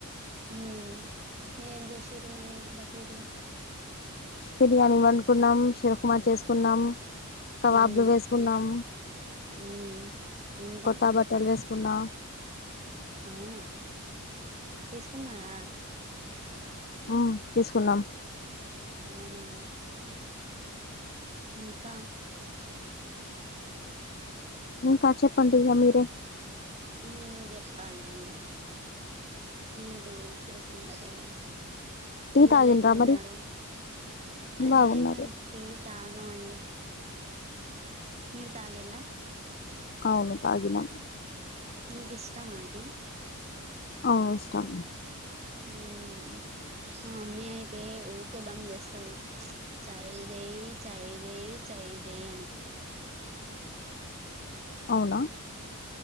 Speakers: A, on the right (about 30°); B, on the left (about 45°).
A: హూ మీరు ఎం చేసిరు మరి బక్రీద్ లో
B: బిర్యానీ వండుకున్నాం షీరుకుమా చేసుకున్నాం కవాబులు
A: ఉమ్
B: వేసుకున్నం
A: ఉమ్ ఇంకా
B: కొత్త బట్టలు వేసుకున్నా.
A: అవునా తీసుకున్నారా.
B: ఆహ్ తీసుకున్నాం.
A: అవునా. ఇంకా.
B: ఇంకా చెప్పండి ఇక మీరే.
A: మీరే చెప్పాలి అండి ఏంటిది ఇప్పుడు సంగతి.
B: టీ
A: పిల్లలు
B: తాగిండ్రా
A: ఎట్లున్నారు
B: మరి
A: ఏ
B: బాగున్నారు
A: మేము టీ తా. తాగమండి మీరు తాగింలా.
B: అవును తాగినం.
A: మీకు ఇష్టమా టీ.
B: ఆహ్ ఇష్టం.
A: ఉమ్. నా మమ్మీ అయితే ఊకే దమ్ చేస్తంది ఫ్చ్ చాయ్ జయి చాయ్ జయి చాయ్. ఏ జేయు అని
B: అవునా.